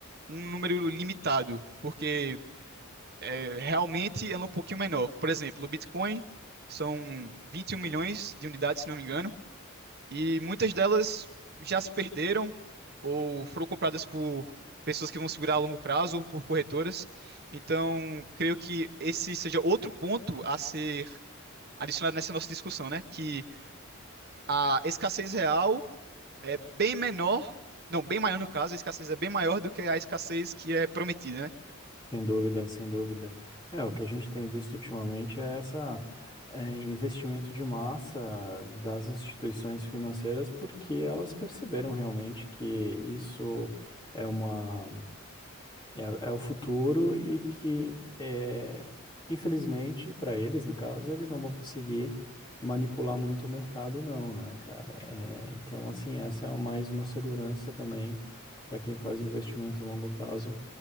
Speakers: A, on the right (about 45°); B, on the left (about 20°).
A: um número limitado, porque é, realmente ela é um pouquinho menor. Por exemplo, o Bitcoin são 21 milhões de unidades, se não me engano. E muitas delas já se perderam ou foram compradas por pessoas que vão segurar a longo prazo ou por corretoras. Então, creio que esse seja outro ponto a ser adicionado nessa nossa discussão, né? Que a escassez real é bem menor, não, bem maior no caso, a escassez é bem maior do que a escassez que é prometida, né?
B: Sem dúvida, sem dúvida. É, o que a gente tem visto ultimamente é essa é, investimento de massa das instituições financeiras, porque elas perceberam realmente que isso é uma é, é o futuro e que é, infelizmente para eles, no caso, eles não vão conseguir manipular muito o mercado, não, né, cara? É, então, assim, essa é mais uma segurança também para quem faz investimento a longo prazo